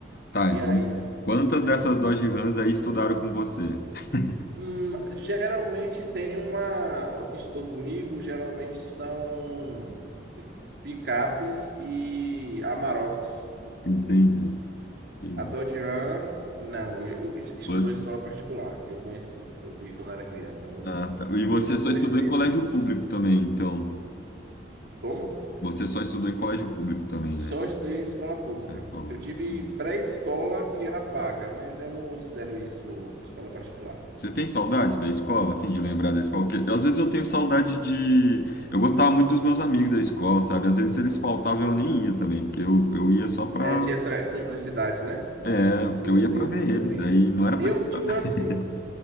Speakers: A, on the left; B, on the right.
A: Tá,
B: E
A: então,
B: aí,
A: quantas
B: é,
A: dessas Dodge Rams aí estudaram com você? <laughs>
B: hum, geralmente tem uma. O que estudou comigo geralmente são picapes e Amaroks.
A: Entendi, entendi.
B: A Dodge Ram, não, eu, eu estudou
A: Você,
B: em escola particular, que eu conheci, eu vi quando era criança, algum
A: ah,
B: deles.
A: tá. E você
B: E outros
A: só
B: são
A: estudou
B: herdeiros.
A: em colégio público também, então.
B: Como?
A: Você só estudou em colégio público também,
B: Só
A: né?
B: estudei em escola pública.
A: O que Você me falou.
B: Eu tive
A: Uhum.
B: pré-escola que era paga, mas eu não considero isso escola particular.
A: Você tem saudade da escola, assim, de lembrar da escola? Porque às vezes eu tenho saudade de. Eu gostava muito dos meus amigos da escola, sabe? Às vezes eles faltavam e eu nem ia também, porque eu, eu ia só pra.
B: É, tinha essa cumplicidade, né?
A: É, porque
B: De um
A: eu
B: não
A: ia pra
B: ir,
A: ver
B: o outro
A: eles,
B: não ir.
A: aí não era
B: Eu
A: pra estudar.
B: digo
A: <laughs>
B: assim,